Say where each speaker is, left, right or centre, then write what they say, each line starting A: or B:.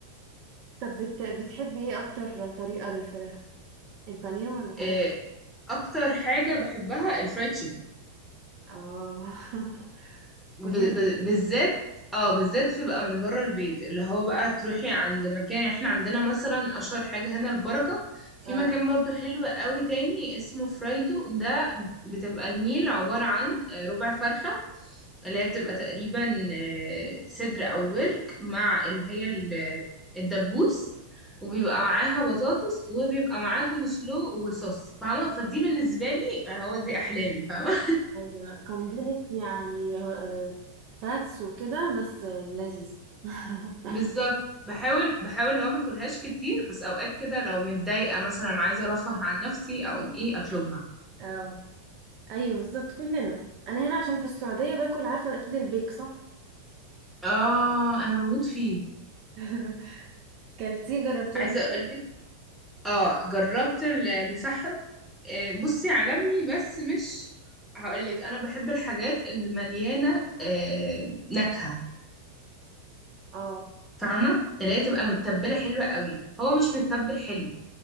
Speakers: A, on the right; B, in the centre.
A: طب بت... بتحبي ايه اكتر طريقة للفراخ البانيه ولا حاجات
B: إيه، اكتر حاجة بحبها الفرايد تشيكن
A: اه <laughs>
B: ب... ب...
A: كلنا
B: بالذات اه بالذات تبقى من بره البيت اللي هو بقى تروحي عند مكان احنا عندنا مثلا اشهر حاجة هنا البركة في
A: اه
B: مكان برضو حلو قوي تاني اسمه فرايدو ده بتبقى الميل عبارة عن ربع فرخة اللي هي بتبقى تقريبا آه، صدر او ورك مع اللي هي ال- الدبوس وبيبقى معاها بطاطس وبيبقى معاه كول سلو وصوص فاهمة فدي بالنسبة لي هو دي أحلامي فاهمة
A: ايوه قنبلة يعني آه، فاتس وكده بس آه، لذيذة <laughs>
B: بالظبط بحاول بحاول لو ما اكلهاش كتير بس اوقات كده لو متضايقه مثلا عايزه ارفه عن نفسي اقوم ايه اطلبها
A: اه ايوه بالظبط كلنا انا هنا عشان في السعودية باكل عارفة اكيد البيك صح
B: اه انا بموت فيه
A: <laughs> كلتيه جربتيه
B: عايزه
A: قبل كده
B: اقول لك اه جربت المسحب آه، بصي عجبني بس مش هقول لك انا بحب الحاجات اللي مليانه آه، نكهه
A: اه
B: فاهمه اللي هي تبقى متبله حلوه قوي هو مش متبل حلو